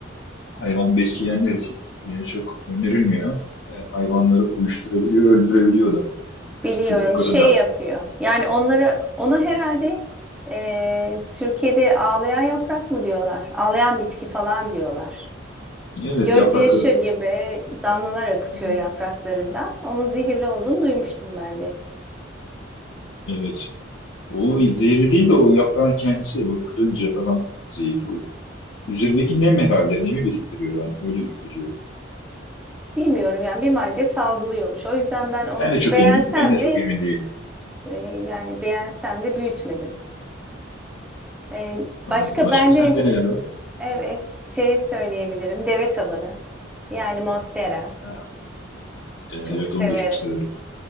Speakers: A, on the left; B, in the centre.
A: hayvan besleyenler için e, çok önerilmiyor. Ee, hayvanları uyuşturabiliyor, öldürebiliyor da.
B: Biliyorum
A: Küçük çocukları
B: şey
A: da.
B: yapıyor. Yani onları ona herhalde e, Türkiye'de ağlayan yaprak mı diyorlar? Ağlayan bitki falan diyorlar.
A: Evet
B: Gözyaşı
A: yaprakları.
B: gibi damlalar akıtıyor
A: Hı hı.
B: yapraklarından. Onun zehirli olduğunu duymuştum ben de.
A: Evet. O zehirli değil de o yaprağın kendisi. O kırınca falan zehirli. O üzerindeki nem herhalde. Nemi biriktiriyor ben. Öyle biliyorum.
B: Bilmiyorum yani bir madde salgılıyormuş. O yüzden ben onu
A: Ben de çok
B: beğensem
A: emin. Ben de çok
B: de
A: emin değilim.
B: e, yani beğensem de büyütmedim. E,
A: Anladım.
B: başka
A: Başka
B: ben
A: sende
B: de
A: neler var?
B: evet şey söyleyebilirim. Deve tabanı. Yani Monstera.
A: Ha, e, evet
B: Çok severim.
A: onu da çok severim.